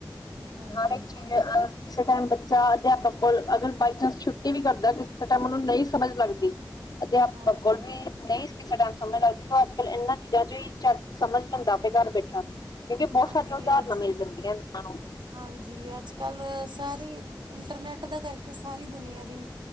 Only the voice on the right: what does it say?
ਹਾਂਜੀ
ਹਾਂਜੀ
ਹਾਂਜੀ
ਅੱਜ
ਹਾਂਜੀ ਅੱਜ ਕੱਲ ਸਾਰੀ ਇੰਟਰਨੈਟ ਦਾ ਕਰਕੇ ਸਾਰੀ ਦੁਨੀਆਂ ਦੀ